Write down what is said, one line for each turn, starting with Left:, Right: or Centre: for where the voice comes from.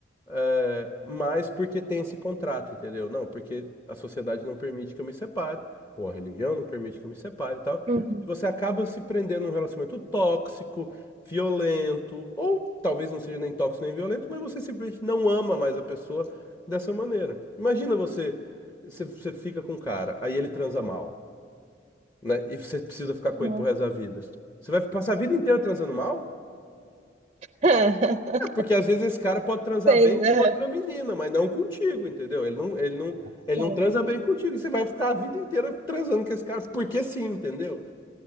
Left: é, mas porque tem esse contrato, entendeu? Não, porque a sociedade não permite que eu me separe, ou a religião não permite que eu me separe e tal.
Right: Uhum.
Left: E você acaba se prendendo num relacionamento tóxico, violento, ou talvez não seja nem tóxico nem violento, mas você simplesmente não ama mais a pessoa dessa maneira. Imagina você, você, você fica com um cara, aí ele transa mal, né? E você precisa ficar com
Right: Uhum.
Left: ele pro resto da vida. Você vai passar a vida inteira transando mal?
Right: <laughs>
Left: É, porque às vezes esse cara pode transar
Right: Sei,
Left: bem
Right: né?
Left: com outra menina, mas não contigo, entendeu? Ele não, ele não, ele
Right: Sei.
Left: não transa bem contigo. E você vai ficar a vida inteira transando com esse cara, porque sim, entendeu?